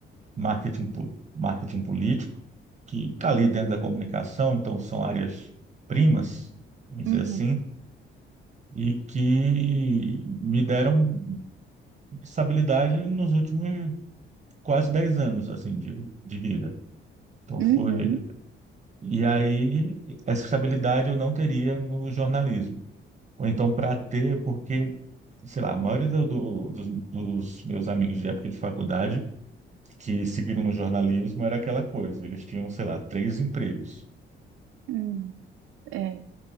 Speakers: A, on the right (about 35°); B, on the right (about 80°).
A: marketing, pu- marketing político, que está ali dentro da comunicação, então são áreas primas, vamos
B: Uhum,
A: dizer assim e que me deram estabilidade nos últimos quase 10 anos assim de, de vida. Então
B: uhum,
A: foi e aí essa estabilidade eu não teria no jornalismo. Ou então para ter, porque sei lá, a maioria do- do- dos, dos meus amigos de época de faculdade que seguiram no jornalismo era aquela coisa, eles tinham, sei lá, três empregos.
B: uhum, é,